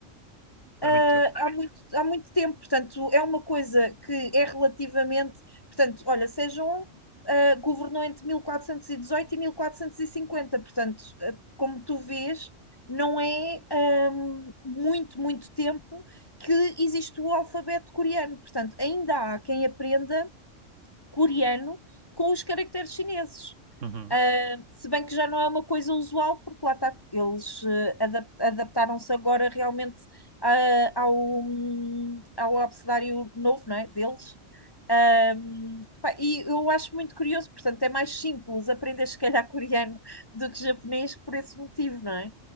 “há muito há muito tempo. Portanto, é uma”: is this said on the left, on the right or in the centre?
Left